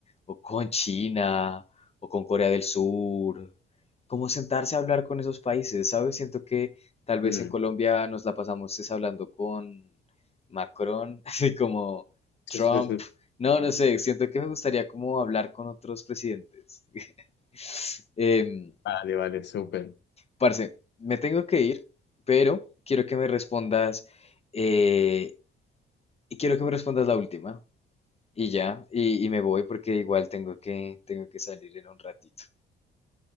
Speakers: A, on the left; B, on the left.
A: o con China, o con Corea del Sur, como sentarse a hablar con esos países, ¿sabes? Siento que tal vez
B: Mm,
A: en Colombia nos la pasamos es hablando con Macron, <laughs> así como
B: sí,
A: Trump,
B: sí, sí.
A: no, no sé, siento que me gustaría como hablar con otros presidentes. <laughs> Em,
B: Vale, vale, súper.
A: Parce, me tengo que ir, pero quiero que me respondas, eh, y quiero que me respondas la última, y ya, y, y me voy porque igual tengo que, tengo que salir en un ratito.